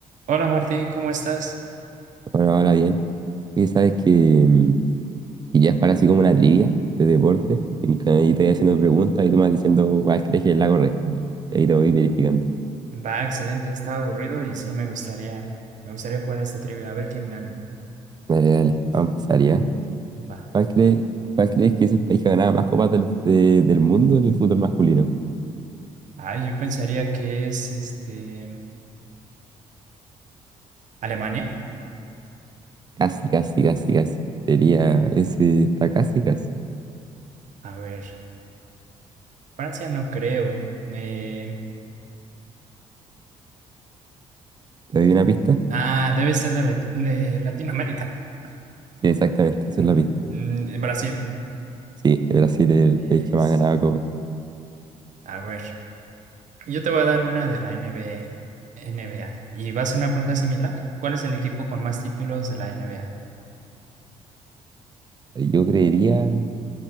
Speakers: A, on the right (about 60°); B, on the right (about 30°).
A: Hola Martín, ¿cómo estás?
B: Bueno, ahora bien. Oye, sabes que mm, quería jugar así como una trivia de deporte. Y te y te voy haciendo preguntas y tú me vas diciendo cuál crees que es la correcta. Y ahí te voy verificando.
A: Va, excelente, estaba aburrido y sí me gustaría, me gustaría jugar a esta trivia, a ver quién gana.
B: Dale, dale. Vamos a empezar ya.
A: Va.
B: ¿Cuál crees, cuál crees que es el país que ha ganado más copas del, de- del mundo en el fútbol masculino?
A: Ah, yo pensaría que es este Alemania.
B: Casi, casi, casi, casi. Sería,
A: Uy,
B: ese está casi, casi.
A: a ver, Francia no creo. Eh,
B: ¿Te doy una pista?
A: ah, debe ser de, Lati- de Latinoamérica. <laughs>
B: Sí, exactamente, esa
A: Mm,
B: es la pista.
A: mm, en Brasil.
B: Sí, Brasil es el
A: Es,
B: país que más ha ganado copas.
A: a ver, yo te voy a dar una de la NBA, NBA y va a ser una pregunta similar. ¿Cuál es el equipo con más títulos de la NBA?
B: Yo creería,